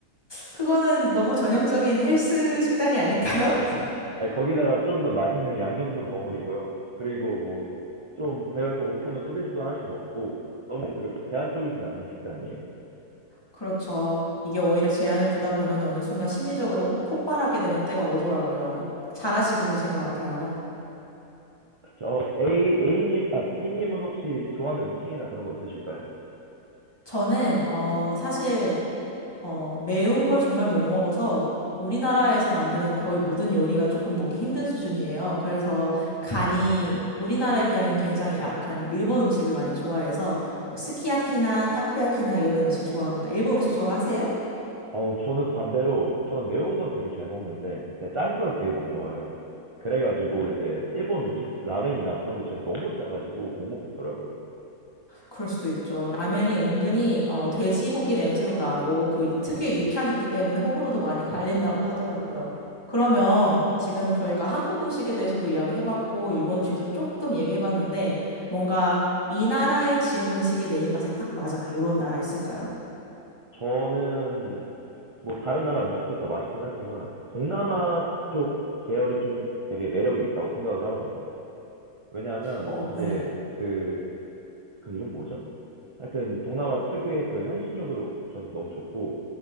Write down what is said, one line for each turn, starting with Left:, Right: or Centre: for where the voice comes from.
Left: 그거는 너무 전형적인 헬스 식단이 아닐까요? <laughs>
Right: 아니, 거기다가 좀 더 맛있는 양념도 버무리고요. 그리고 뭐, 좀 배가 더 고프면 소세지도 하나씩 먹고, 너무 그렇게 제한적이진 않는 식단이에요.
Left: 그렇죠. 이게 오히려 제한을 두다 보면 어느 순간 심리적으로 혹- 폭발하게 되는 때가 오더라고요. 잘하시고 계신 것 같아요.
Right: 저 A, A님, 아, B님은 혹시 좋아하는 음식이나 그런 거 있으실까요?
Left: 저는, 어, 사실, 어, 매운 걸 정말 못 먹어서 우리나라에서 만드는 거의 모든 요리가 조금 먹기 힘든 수준이에요. 그래서 간이 우리나라에 비하면 굉장히 약한 일본 음식을 많이 좋아해서 뭐 스키야키나 타코야키나 이런 음식 좋아합니다. 일본 음식 좋아하세요?
Right: 어, 저는 반대로, 저는 매운 건 되게 잘 먹는데, 제가 짠 걸 되게 못 먹어요. 그래가지고, 이제, 일본 음식, 라멘이나 그런 게 진짜 너무 짜가지고 못 먹겠더라고요.
Left: 그럴 수도 있죠. 라면이 은근히 어, 돼지고기 냄새도 나고 그 특유의 육향이 있기 때문에 호불호도 많이 갈린다고 하더라고요. 그러면 지금 저희가 한국 음식에 대해서도 이야기해봤고 일본 음식도 조금 얘기해봤는데 뭔가 이 나라의 지역 음식이 내 입맛에 딱 맞아. 이런 나라 있을까요?
Right: 저는, 뭐, 다른 나라 음식도 더 맛있긴 하지만, 동남아 쪽 계열이 좀 되게 매력이 있다고 생각을 하거든요. 왜냐하면,
Left: 어,
Right: 이제,
Left: 네.
Right: 그, 그 이름 뭐죠? 하여튼, 동남아 특유의 그 향신료도 전 너무 좋고,